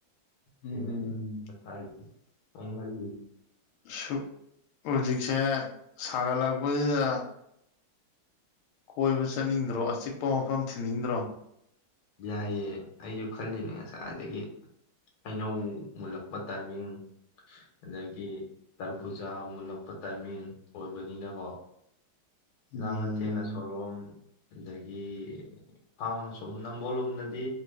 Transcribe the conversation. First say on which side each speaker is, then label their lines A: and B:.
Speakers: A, on the left; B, on the left.
A: ꯎꯝ
B: ꯁꯤꯅ ꯊ ꯍꯥꯏ ꯑꯣꯣꯡꯍꯔ
A: ꯁꯨ ꯍꯨꯖꯤꯛꯁꯦ ꯁꯥꯒꯠꯂꯛꯄꯖꯤꯗ ꯀꯣꯏꯕ ꯆꯠꯅꯤꯡꯗ꯭ꯔꯣ ꯑꯆꯤꯛꯄ ꯃꯐꯝ ꯊꯤꯟꯅꯤꯡꯗ꯭ꯔꯣ
B: ꯌꯥꯏꯌꯦ ꯑꯩꯖꯤ ꯈꯜꯂꯤꯅꯦ ꯉꯁꯥꯏꯗꯒꯤ ꯑꯩꯅꯧ ꯃꯨꯜꯂꯛꯄ ꯇꯥꯏꯃꯤꯡ ꯑꯗꯒꯤ ꯇꯔꯕꯨꯖꯥ ꯃꯨꯜꯂꯛꯄ ꯇꯥꯏꯃꯤꯡ ꯑꯣꯏꯕꯅꯤꯅꯀꯣ
A: ꯎꯝ
B: ꯂꯥꯡꯉꯊꯦꯜ ꯑꯥꯁꯣꯂꯣꯝ ꯑꯗꯒꯤ ꯐꯥꯝ ꯑꯁꯨꯝ ꯅꯝꯕꯣꯜꯂꯣꯝꯗꯗꯤ